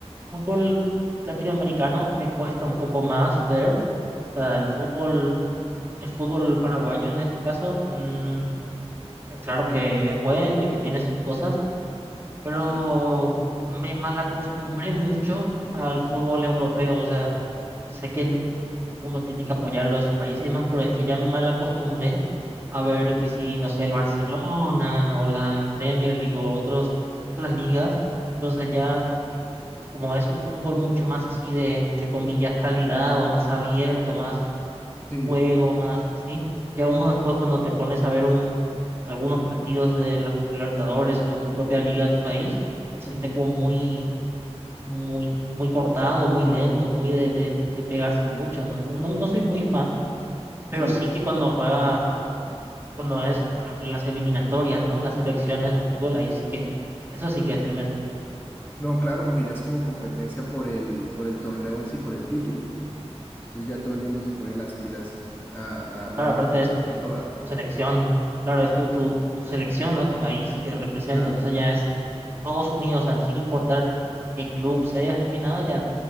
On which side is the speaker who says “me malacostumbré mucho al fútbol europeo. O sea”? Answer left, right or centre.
Right